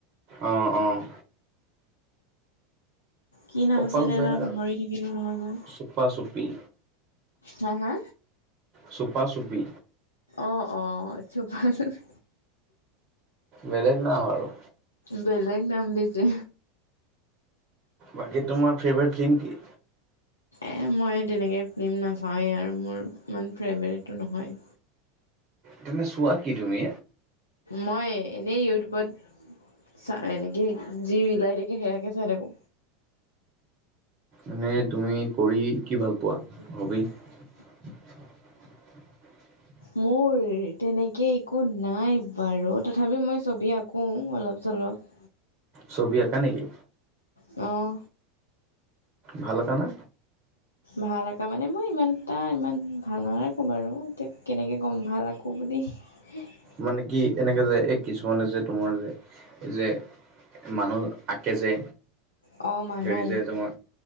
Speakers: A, on the right; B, on the left.
A: অঁ অঁ।
B: কি নাম
A: কপাল
B: আছিলে
A: বেয়া
B: এইবাৰ পাহৰি
A: আৰু
B: থাকিলো নহয় মই।
A: চুপা চুপি
B: হা হা?
A: চুপা চুপি।
B: অঁ অঁ, চুপা চুপি।
A: বেলেগ নাম আৰু।
B: বেলেগ নাম দিছে।
A: বাকী তোমাৰ ফেভৰেট ফিল্ম কি?
B: এ মই তেনেকৈ ফিল্ম নাচাওঁৱেই আৰু মোৰ ইমান ফেভৰেটো নহয়।
A: তেন্তে চোৱা কি তুমি?
B: মই এনেই ইউটিউবত চা এনেকৈ যি ৰিল‌ আহে থাকে সেয়াকে চাই থাকো।
A: এনে তুমি কৰি কি ভাল পোৱা?
B: <inaudible>
A: হবি <inaudible>
B: মোৰ তেনেকে একো নাই বাৰু তথাপিও মই ছবি আকোঁ অলপ চলপ।
A: ছবি আঁকা নেকি?
B: অহ।
A: ভাল আঁকা নে?
B: ভাল আঁকা মানে মই ইমান এটা ইমান ভাল নাআকোঁ বাৰু এতিয়া কেনেকৈ গ'ম ভাল আঁকো বুলি। <unintelligible>
A: মানে কি এনেকে যে এই কিছুমানে যে তোমাৰ যে এই যে মানুহ আঁকে যে
B: অ মানো
A: হেৰি যে তোমাৰ